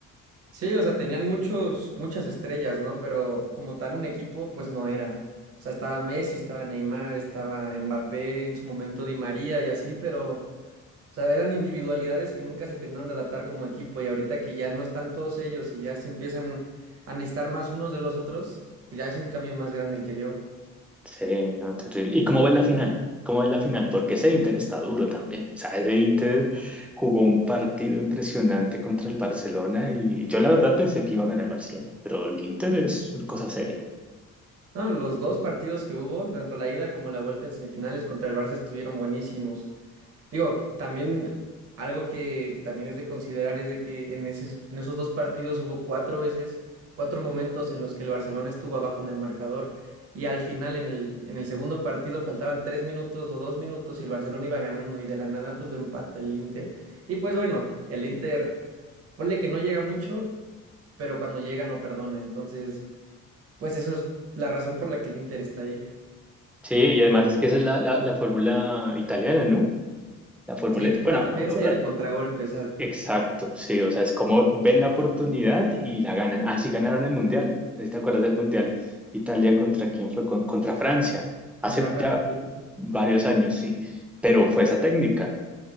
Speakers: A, on the right; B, in the centre.
A: Sí, o sea, tenían muchos, muchas estrellas, ¿no? Pero como tal un equipo, pues no era. O sea, estaba Messi, estaba Neymar, estaba Mbappé, en su momento Di María y así, pero, o sea, eran individualidades que nunca se terminaron de adaptar como equipo. Y ahorita que ya no están todos ellos y ya se empiezan a necesitar más unos de los otros, pues ya es un cambio más grande el que dio.
B: Sí, no, terrible. ¿Y cómo ves la final? ¿Cómo ves la final? Porque ese Inter está duro también. O sea, ese Inter jugó un partido impresionante contra el Barcelona y yo la verdad pensé que iba a ganar el Barcelona, pero el Inter es una cosa seria.
A: No, los dos partidos que hubo, tanto la ida como la vuelta en semifinales contra el Barça estuvieron buenísimos. Digo, también algo que, que también es de considerar es de que en esos, en esos dos partidos hubo cuatro veces, cuatro momentos en los que el Barcelona estuvo abajo en el marcador. Y al final, en el, en el segundo partido, faltaban tres minutos o dos minutos y el Barcelona iba ganando y de la nada pues lo empata el Inter. Y pues bueno, el Inter, ponle que no llega mucho, pero cuando llega no perdona. Entonces, pues eso es la razón por la que el Inter está ahí.
B: Sí, y además es que esa es la, la, la fórmula italiana, ¿no? La fórmula,
A: Sí,
B: ita-
A: pura
B: bueno, a-
A: defensa
B: a-
A: y al contragolpe, o sea,
B: exacto, sí, o sea, es como ven la oportunidad y la ganan. Así ganaron el Mundial, no sé si te acuerdas del Mundial, Italia contra quién fue, Con- contra Francia, hace
A: contra Francia
B: ya
A: el último.
B: varios años, sí, pero fue esa técnica.